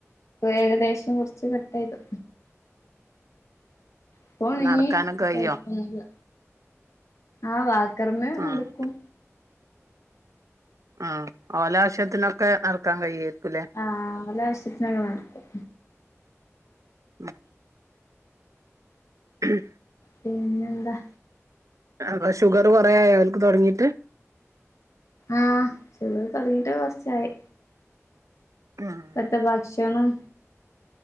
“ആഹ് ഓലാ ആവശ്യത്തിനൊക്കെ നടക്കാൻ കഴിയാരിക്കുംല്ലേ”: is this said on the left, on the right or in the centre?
Right